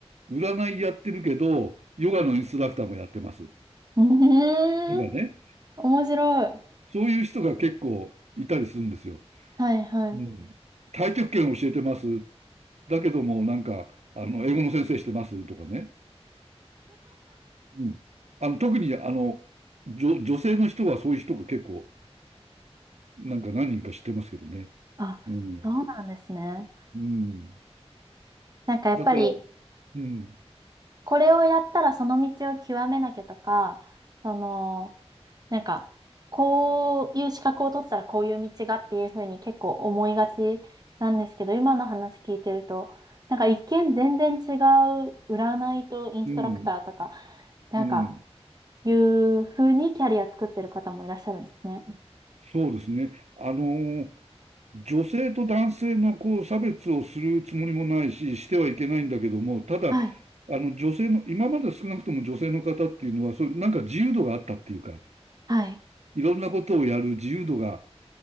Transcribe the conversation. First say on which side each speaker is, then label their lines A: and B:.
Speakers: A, on the right; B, on the right.
A: 占いやってるけど、ヨガのインストラクターもやってます。と
B: <laughs> うーん。
A: かね。
B: 面白い。
A: そういう人が結構いたりするんですよ。
B: はいはい。
A: うん。太極拳教えてます。だけども、なんか、あの、英語の先生してますとかね。うん。あの、特に、あの、女、女性の人はそういう人が結構、なんか何人か知ってますけどね。
B: あ、
A: うん。
B: そうなんですね。
A: うん。
B: なんかやっぱり、
A: だから、うん。
B: これをやったらその道を極めなきゃとか、その、なんか、こういう資格を取ったらこういう道がっていうふうに結構思いがちなんですけど、今の話聞いてると、なんか一見全然違う占いとインストラクターとか、
A: うん。
B: なんか、
A: うん。
B: いうふうにキャリア作ってる方もいらっしゃるんですね。
A: そうですね。あのー女性と男性のこう差別をするつもりもないし、してはいけないんだけども、ただ、
B: はい、
A: あの女性の、今まで少なくとも女性の方っていうのは、そういうなんか自由度があったっていうか、
B: はい、
A: いろんなことをやる自由度が